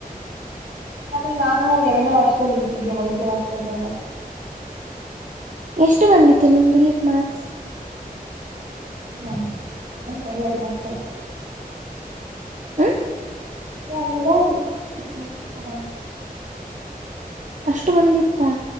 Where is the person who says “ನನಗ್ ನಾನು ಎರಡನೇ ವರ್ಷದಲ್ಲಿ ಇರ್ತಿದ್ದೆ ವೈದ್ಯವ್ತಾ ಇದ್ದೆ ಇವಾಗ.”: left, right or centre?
Right